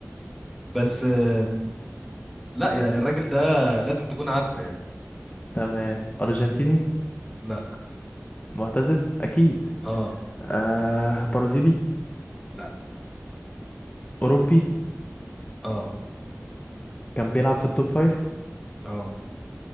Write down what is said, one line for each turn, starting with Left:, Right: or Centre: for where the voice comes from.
Centre: بس أم... لا يعني الراجل ده لازم تكون عارفه يعني
Left: تمام ارجنتيني
Centre: لا
Left: معتزل اكيد
Centre: اه
Left: آه برازيلي
Centre: لا
Left: اوروبي
Centre: اه
Left: كان بيلعب في التوب فايف
Centre: اه